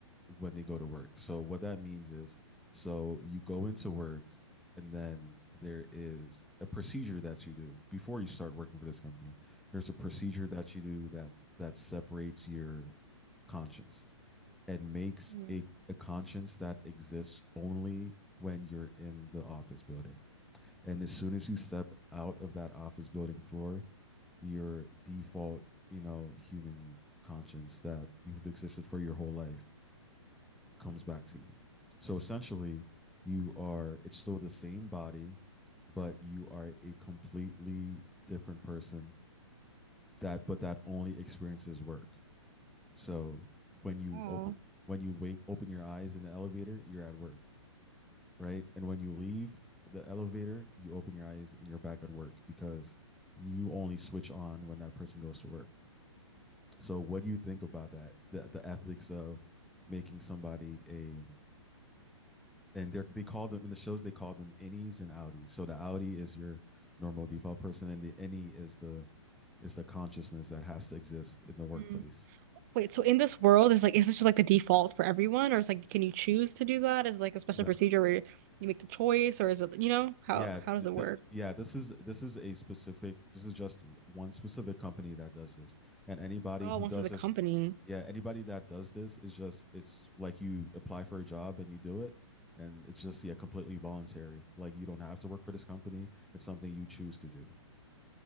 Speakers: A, in the centre; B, on the right.
A: when they go to work. So what that means is so you go into work and then there is a procedure that you do before you start working for this company. There's a procedure that you do that that separates your conscience and makes
B: Mm.
A: a, a conscience that exists only when you're in the office building. And as soon as you step out of that office building floor, your default, you know, human conscience that you've existed for your whole life comes back to you. So essentially, you are it's still the same body, but you are a completely different person that but that only experiences work. So when you
B: Oh.
A: open when you wake open your eyes in the elevator, you're at work, right? And when you leave the elevator, you open your eyes and you're back at work because you only switch on when that person goes to work. So what do you think about that? The the ethics of making somebody a and they they call them in the shows they call them innies and outies. So the outie is your normal default person, and the innie is the is the consciousness that has to exist in the workplace.
B: Mm. Wait, so in this world, is like, is this just like the default for everyone, or is like, can you choose to do that? Is it like a special
A: No,
B: procedure where you make the choice, or is it, you know, how
A: Yeah,
B: how does
A: th-
B: it work?
A: th- yeah, this is this is a specific this is just w- one specific company that does this. And anybody
B: Oh,
A: who
B: once
A: does
B: it's a
A: this,
B: company.
A: yeah, anybody that does this is just it's like you apply for a job and you do it and it's just yeah, completely voluntary. Like you don't have to work for this company. It's something you choose to do.